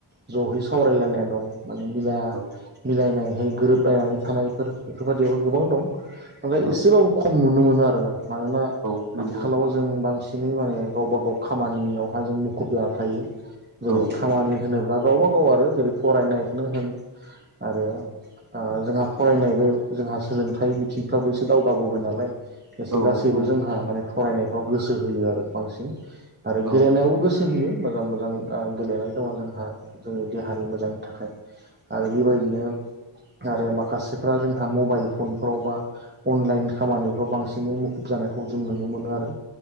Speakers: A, on the right; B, on the right.
A: ज'है सावरायलायनाय दं। माने मिला
B: औ
A: मिलायनायहाय गोरोबलायनानै थानायफोर बेफोरबायदियाव गोबां दं। नाथाय
B: औ
A: एसेबाबो खम नुनो मोनो आरोना मानोना
B: औ नंगौ
A: आथिखालाव जों बांसिन बिदिनो माने गावबा गाव खामानियावहा जों मुखुब जानानै थायो
B: औ
A: जेरै खामानि होनोब्ला गावब गाव आरो जेरै फरायनायखौनो होन आरो जोंहा फरायनायबो जोंहा सोलोंथाइ बिथिंफ्राबो एसे दावगाबोबाय नालाय एसे
B: औ
A: गासैबो
B: नंगौ
A: जोंहा माने फरायनायफ्राव गोसो होयो आरो बांसिन आरो
B: औ
A: गेलेनायावबो गोसो गोसो होयो मोजां मोजां गेलेनाय दङ जोंहा जोंनि देहानि मोजांनि थाखाय आरो बेबायदिनो आरो माखासेफ्रा जोंहा मबाइल फनफोरावबा अनलाइन खामानिफ्राव बांसिनै मुखुब जानायखौ जों नुनो मोनो आरो